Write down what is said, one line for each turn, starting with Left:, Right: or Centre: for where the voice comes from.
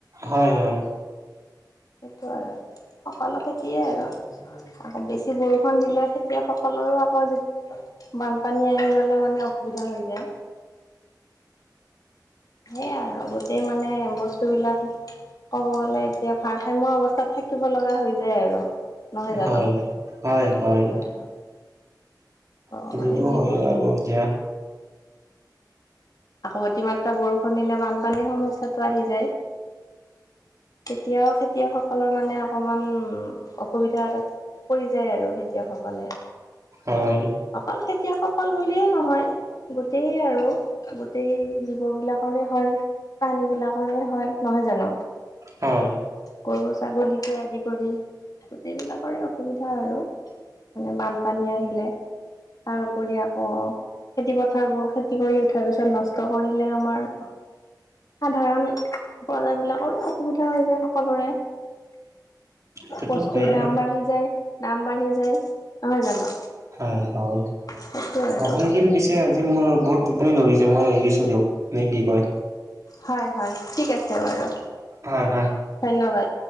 Right: হয় হয়।
Left: সেইটো আৰু সকলোকে দিয়ে আৰু। আকৌ বেছি বৰষুণ দিলে খেতিয়ক সকলৰো আকৌ বানপানী আহি গ'লে মানে অসুবিধা হৈ যায়। সেয়াই আৰু গোটেই মানে বস্তুবিলাক ক'ব গ'লে এতিয়া ভাৰসাম্য অৱস্থাত থাকিব লগা হৈ যায় আৰু। নহয় জানো?
Right: হয় হয় হয়।
Left: সেইটোৱে আৰু অ
Right: সেইটোতো
Left: মানে যিবোৰ
Right: হয়ে আৰু এতিয়া
Left: আকৌ অতিমাত্ৰা বৰষুণ দিলে বানপানীৰ সমস্যাটো আহি যায়। তেতিয়াও খেতিয়কসকলৰ মানে অকমান অসুবিধা এটা পৰি যায় আৰু খেতিয়কসকলে।
Right: হয়।
Left: অকল খেতিয়কসকল বুলিয়ে নহয়। গোটেই আৰু গোটেই জীৱ বিলাকৰে হয়। প্ৰাণী বিলাকৰে হয়, নহয় জানো?
Right: হয়।
Left: গৰু, ছাগলীকে আদি কৰি গোটেই বিলাকৰে অসুবিধা আৰু। মানে বানপানী আহিলে। তাৰ উপৰি আকৌ খেতি পথাৰবোৰ খেতি কৰি উঠাৰ পিছত নষ্ট কৰিলে আমাৰ সাধাৰণ বজাৰ বিলাকৰো অসুবিধা হৈ যায় সকলোৰে,
Right: সেইটোতো
Left: বস্তুৰ
Right: হয়ে
Left: দাম
Right: আৰু
Left: বাঢ়ি যায়। দাম বাঢ়ি যায়। নহয় জানো
Right: হয় হয়,
Left: সেইটো আৰু
Right: আপুনি কিন পিছে আজি মোৰ বহুত টোপনি ধৰিছে, মই এৰিছো দিয়ক, নে কি কয়?
Left: হয় হয় ঠিক আছে বাৰু।
Right: হয় হয়।
Left: ধন্যবাদ।